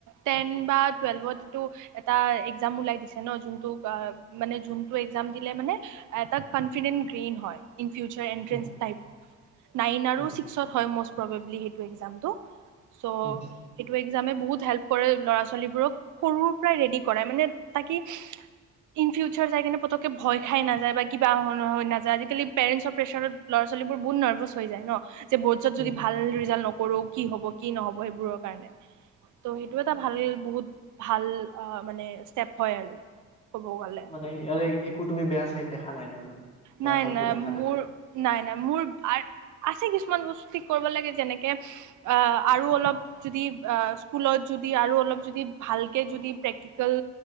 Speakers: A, on the right; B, on the left.
A: টেন বা টুৱেলভতটো এটা এক্সাম উওলাই দিছে ন' যোনটো অ' মানে যোনটো এক্সাম দিলে মানে এটা কনফিডেন গ্ৰীন হয়, ইন ফিউাৰ <inaudible> টাইপ,
B: উম
A: নাইন আৰু
B: উম
A: ছিক্সত হয় মষ্ট প্ৰবেবলি সেইটো এক্সামটো। চ'
B: উম
A: সেইটো এক্সামে বহুত হেল্প কৰে ল'ৰা ছোৱালীবোৰক সৰুৰ পৰাই ৰেডি কৰাই মানে তাকি ইন ফিউচাৰ যাই কিনে পতকে ভয় খাই নাযায় বা কিবা হৈ নহয় নাযায় আজিকালি পেৰেণ্টছৰ প্ৰেছাৰত ল'ৰা ছোৱালীবোৰ বহুত নাৰ্ভাচ হৈ যায় ন' যে বৰ্ডছত
B: উম
A: যদি ভাল ৰিজাল্ট নকৰো কি হ'ব কি নহ'ব সেইবোৰৰ কাৰণে। ত' সেইটো এটা ভাল বহুত ভাল অ' মানে ষ্টেপ হয় আৰু। ক'ব গ'লে।
B: মানে ইয়াৰে একো তুমি বেয়া চাইড দেখা নাই তাৰ মানে। বেয়া
A: নাই
B: ফালটো
A: নাই
B: দেখা
A: মোৰ নাই নাই মোৰ আ-আছে কিছুমান বস্তু ঠিক কৰিব লাগে যেনেকে অ' আৰু অলপ যদি অ' স্কুলত যদি আৰু অলপ ভালকে যদি প্ৰেক্টিকেল